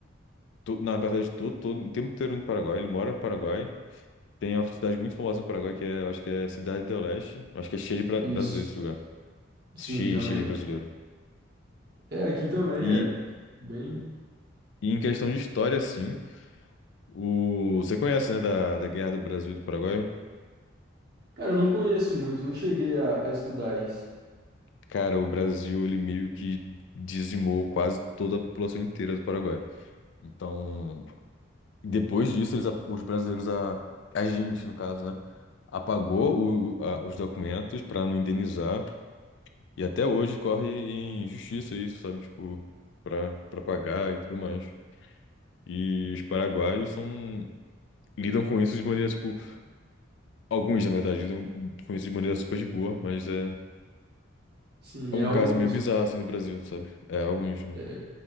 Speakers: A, on the left; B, on the right.
A: To- Na verdade, todo, todo, o tempo inteiro no Paraguai. Ele mora no Paraguai. Tem uma cidade muito famosa no Paraguai que é, eu acho que é Cidade do Leste. Acho que é cheia de bra brasileiros
B: Isso.
A: esse lugar.
B: Sim,
A: Cheia,
B: também.
A: cheia de brasileiro.
B: É, aqui também
A: E,
B: é bem.
A: e em questão de história, assim, o... você conhece, né, da, da Guerra do Brasil e do Paraguai?
B: Cara, eu não conheço muito, não cheguei a, a estudar isso.
A: Cara, o Brasil, ele meio que dizimou quase toda a população inteira do Paraguai. Então, depois disso, eles, a- os brasileiros, a, a gente, no caso, né, apagou o- a- os documentos pra não indenizar. E até hoje corre em justiça isso, sabe? Tipo, pra, pra pagar e tudo mais. E os paraguaios são, lidam com isso de maneira, tipo, alguns, na verdade, lidam com isso de maneira super de boa, mas é,
B: Sim,
A: é um
B: é alguns.
A: caso meio bizarro, assim, no Brasil, sabe? É, alguns, né?
B: É,